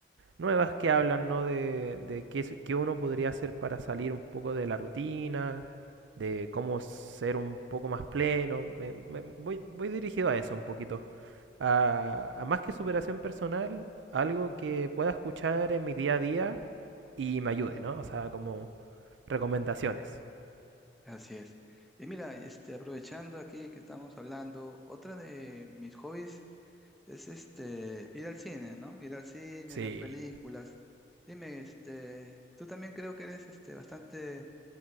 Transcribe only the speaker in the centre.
Así es. Y mira, este, aprovechando aquí que estamos hablando, otra de mis hobbies es este ir al cine, ¿no? Ir al cine,
ver películas. Dime, este, tú también creo que eres este bastante